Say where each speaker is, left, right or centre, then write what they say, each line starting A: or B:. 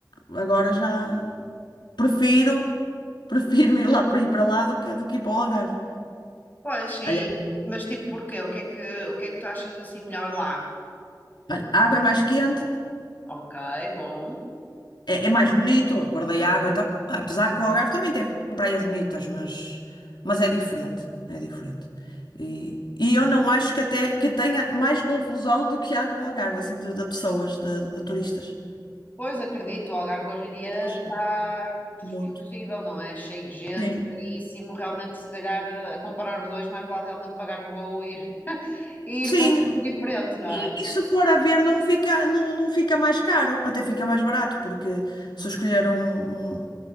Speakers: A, on the left; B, on the left.
A: agora já prefiro, prefiro ir lá ir para lá do que, do que ir para o Algarve.
B: Pois,
A: Aí,
B: e, mas tipo, porquê? O que é que, o que é que tu achas assim melhor lá?
A: olha, a água é mais quente,
B: Ok, bom.
A: é, é mais bonito, a cor da água, então, apesar que o Algarve também tem praias bonitas, mas, mas é diferente, é diferente. E, e eu não acho que até que tenha mais confusão do que há no Algarve, assim, de, de pessoas, de, de turistas.
B: Pois, acredito, o Algarve hoje em dia
A: Eu acho
B: está
A: muito.
B: impossível, não é? Cheio de gente,
A: Sim.
B: caríssimo. Realmente, se calhar, eh, a comparar os dois, mais vale realmente pagar o voo e ir, <laughs> e
A: Sim,
B: ir para um sítio diferente, não é?
A: E se for a ver, não fica, não, não fica mais caro, até fica mais barato, porque se eu escolher um, um,